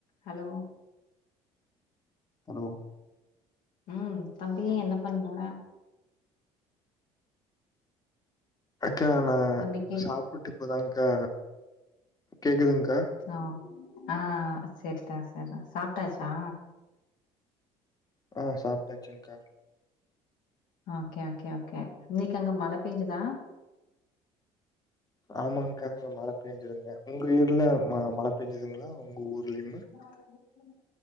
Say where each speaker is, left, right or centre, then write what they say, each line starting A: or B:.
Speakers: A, on the left; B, on the left.
A: Hello
B: hello
A: ம் தம்பி என்ன பண்ற
B: அக்கா நா
A: தம்பி கேக்
B: சாப்புட்டு இப்பதாங்கா கேக்குதுங்கா
A: ஆ ஆ சர்டா சர்ரா சாப்ட்டாச்சா
B: ஆ சாப்ட்டாச்சுங்கா
A: அ கே ஓகே ஓகே இன்னனிக்கு அங்க மழ பேஞ்சுதா
B: ஆமாங்கா இங்க மழ பெஞ்சதுங்க உங்க வீர்ல மழ மழ பெஞ்சுதுங்ளா உங்க ஊர்லியுமே
A: <unintelligible>